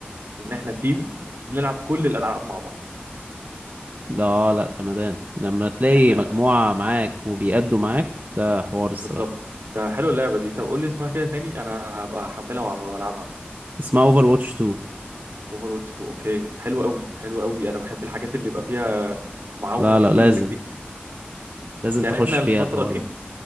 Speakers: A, on the right; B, on the right.
A: ان احنا تيم بنلعب كل الالعاب مع بعض
B: ده آه، لا جمدان لما تلاقي
A: احنا
B: مجموعة معاك وبيأدوا معاك ده حوار الصراحة
A: بالظبط ده حلو اللعبة دي طب قول لي اسمها كده ثاني انا هبقى احملها وأعم- والعبها
B: اسمها اوفر واتش 2
A: اوفر واتش 2 اوكي حلو قوي حلو قوي انا بحب الحاجات اللي يبقى فيها معاونه
B: لا
A: من
B: لا
A: كل
B: لازم
A: فريق دي
B: لازم
A: يعني
B: تخش
A: احنا
B: فيها
A: الفترة
B: الحوار
A: دي
B: ده